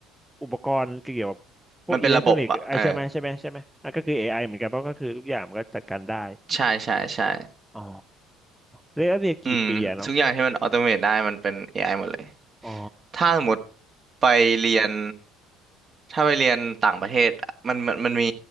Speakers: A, in the centre; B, on the right (about 40°).
A: อุปกรณ์เกี่ยวกับพวกอิเล็กทรอนิกส์ไอใช่ไหมใช่ไหมใช่ไหมอ่ะก็คือเอไ
B: มันเป็นระบบอ่ะเออ
A: i เหมือนกันเพราะก็คือทุกอย่างมันก็จัดการได้
B: ใช่ใช่ใช่
A: อ๋อเรียนเรียนกี่ปีอะเนาะ
B: อืมทุกอย่างที่มันออโตเมตได้มันเป็น AI หมดเลย
A: อ๋อ
B: ถ้าสมมติไปเรียนถ้าไปเรียนต่างประเทศอะมันมันมันมี